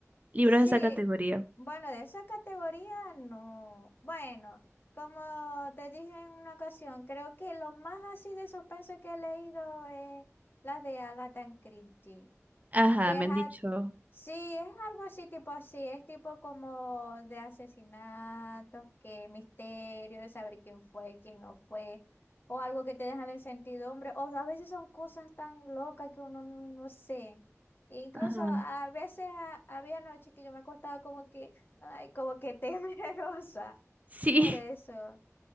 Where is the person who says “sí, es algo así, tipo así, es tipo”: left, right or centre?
Left